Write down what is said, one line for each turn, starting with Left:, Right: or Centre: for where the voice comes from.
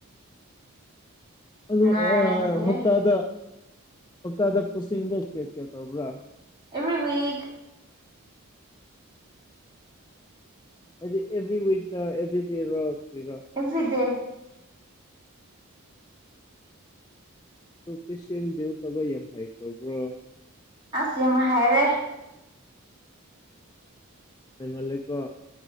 Left: ꯑꯗꯨ
Right: ꯅꯨꯡꯉꯥꯏꯔꯤꯌꯦ
Left: ꯑꯦ ꯍꯞꯇꯥꯗ ꯍꯞꯇꯥꯗ ꯄꯣꯁꯇꯤꯡꯗꯣ ꯀꯌꯥ ꯀꯌꯥ ꯇꯧꯕ꯭ꯔꯥ
Right: ꯑꯦꯕ꯭ꯔꯤꯋꯤꯛ
Left: ꯍꯥꯏꯗꯤ ꯑꯦꯚ꯭ꯔꯤ ꯋꯤꯛꯗ ꯑꯦꯚ꯭ꯔꯤ ꯗꯦ ꯔ ꯀꯔꯤꯔ
Right: ꯑꯦꯕ꯭ꯔꯤꯗꯦ
Left: ꯄꯦꯁꯦꯟ ꯗꯤꯜ ꯇꯧꯕ ꯌꯥꯝ ꯍꯥꯏꯈ꯭ꯔꯕ꯭ꯔꯣ
Right: ꯑꯁ ꯌꯥꯝ ꯍꯥꯏꯔꯦ
Left: ꯍꯩꯃꯜꯂꯦꯀꯣ